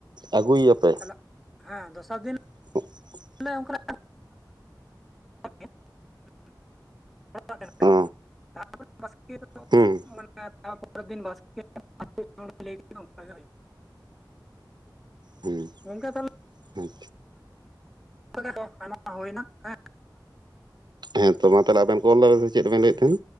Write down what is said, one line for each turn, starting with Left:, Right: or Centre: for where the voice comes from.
Right: ᱟᱹᱜᱩᱭᱮᱭᱟᱯᱮ
Centre: ᱮᱱᱚᱜ ᱦᱮᱸ ᱫᱚᱥᱟᱨ ᱫᱤᱱ
Right: <inaudible>
Centre: ᱞᱮ ᱚᱱᱠᱟᱱᱟᱜ <unintelligible> <unintelligible>
Right: ᱚ ᱦᱩᱸ
Centre: ᱢᱟᱱᱮ ᱛᱟᱯᱚᱨᱮᱨ ᱫᱤᱱ ᱵᱟᱥᱠᱮ <unintelligible> ᱚᱱᱠᱟ ᱜᱮ ᱦᱩᱭᱩᱜᱼᱟ
Right: ᱦᱩᱸ
Centre: ᱜᱚᱝᱠᱮ ᱛᱟᱦᱞᱮ
Right: ᱦᱩᱸ
Centre: ᱚᱸᱰᱮ ᱟᱭᱢᱟ ᱦᱩᱭᱱᱟ, ᱦᱮᱸ
Right: ᱦᱮᱸ ᱛᱚ ᱢᱟ ᱛᱟᱦᱮ ᱟᱵᱮᱱ ᱠᱚᱞ ᱫᱟᱵᱮᱱ ᱥᱮ ᱪᱮᱫ ᱵᱮᱱ ᱞᱮᱫ ᱛᱟᱦᱮᱱ